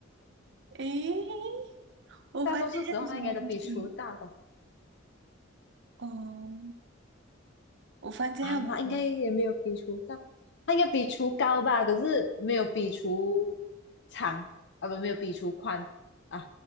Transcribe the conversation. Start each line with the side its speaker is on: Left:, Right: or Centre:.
Right: 诶，我发现还有什么东西？
Left: 大多数时候他应该都比厨大吧？
Right: 哦，我发现还有什么
Left: 啊，那应该也没有比厨大，他应该比厨高吧？可是没有比厨长啊，不，没有比厨宽啊，